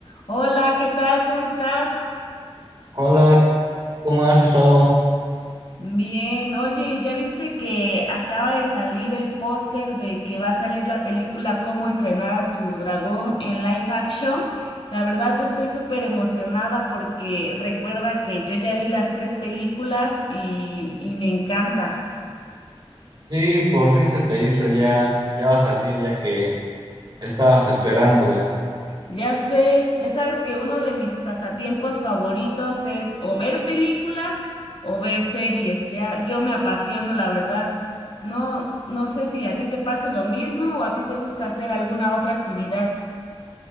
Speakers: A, on the left (about 60°); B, on the right (about 45°).
A: Hola, ¿qué tal? ¿Cómo estás?
B: Hola, ¿cómo has estado?
A: Bien, oye, ¿ya viste que acaba de salir el póster de que va a salir la película Cómo entrenar a tu dragón en live action? La verdad, yo estoy súper emocionada porque recuerda que yo ya vi las tres películas y, y me encanta.
B: Sí, por fin se te hizo, ya, ya va a salir, ya que estabas esperándola.
A: Ya sé, ya sabes que uno de mis pasatiempos favoritos es o ver películas o ver series. Ya, yo me apasiono, la verdad. No, no sé si a ti te pase lo mismo o a ti te gusta hacer alguna otra actividad.